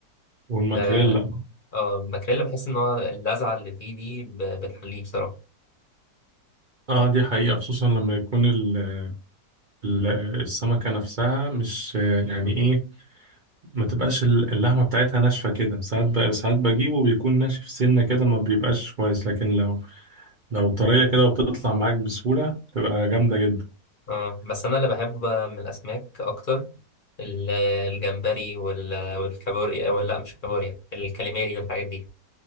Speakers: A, on the right (about 65°); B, on the left (about 45°).
A: والماكريلا
B: ده اه الماكريل بحس ان هو اللذعه اللي فيه دي ب- بتحليه بصراحه
A: اه دي حقيقة خصوصا لما يكون ال- ال- السمكة نفسها مش آه، يعني ايه ما تبقاش ال- اللحمة بتاعتها ناشفة كده ساعات ب... ساعات بجيبه بيكون ناشف سنة كده ما بيبقاش كويس لكن لو لو طرية كده وبتطلع معاك بسهولة تبقى جامدة جدا
B: اه بس انا اللي بحبه بقى من الاسماك اكتر ال- الجمبري وال- والكابوريا ولا لا مش الكابوريا الكاليماري والحاجات دي